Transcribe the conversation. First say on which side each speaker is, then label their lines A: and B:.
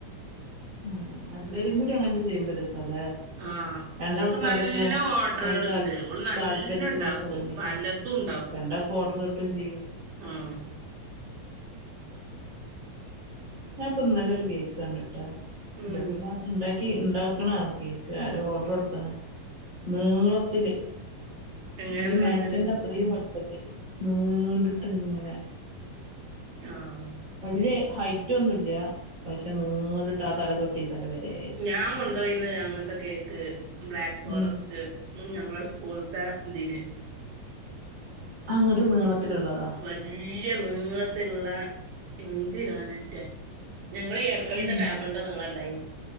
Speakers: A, on the right; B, on the right.
A: ആഹ് എല്ലാരും
B: അങ്ങനെ
A: കൂടിം അങ്ങനൊക്കെ ചെയ്യുമ്പം രസാല്ലേ
B: ആഹ്
A: രണ്ടാൾക്കാരൊക്കെ
B: ഓക്ക് നല്ല ഓർഡറേള്
A: അയിന് താൽ
B: ഇണ്ട്. ഓള് നല്ല
A: താല്പര്യള്ള
B: ഇണ്ടാക്കും
A: ആൾക്കാര്ണ്ടെങ്കി
B: പല തുണ്ടാ
A: രണ്ടാക്കും ഓർഡർ കിട്ടുകയും ചെയ്യും
B: ഉം
A: ഞാൻ നിപ്പൊയിന്നലെ ഒരു കേക്ക് കണ്ട്ട്ടോ
B: ഉം
A: ഇതേപോലെ ഉണ്ടാക്കി ഉണ്ടാക്കണാണ് കേക്ക് ആരോ ഓർഡർ കൊടുത്താണ് നീളത്തില്
B: എങ്ങനെ
A: ഒരു
B: നീളത്തിന്
A: മേശന്റെ അത്രയും വലി ഒത്തിരി നീണ്ടിട്ട് ഇങ്ങനെ
B: ആഹ്
A: വലിയ ഹൈറ്റ് ഒന്നൊല്ല്യപക്ഷെ നീണ്ടട്ട് ആ തല തൊട്ട് തലവരെ
B: ഞാൻ കൊണ്ടോ യിന്ന് അങ്ങനത്തെ കേക്ക് ബ്ലാക്ക് ഫോറസ്റ്റ്
A: ഉം
B: ഉം ഞങ്ങള സ്കൂളത്തെ ഇതിന്
A: അങ്ങത്തെ നീളത്തിലുള്ള തോ
B: വല്യയ നീളത്തിലുള്ള അഞ്ചികിലാണ്റ്റേ ഞങ്ങള് ഈ അടക്കളത്തെ
A: ഉം
B: ടോബിളിൻ്റെ നീളം ഉണ്ടായിന്നു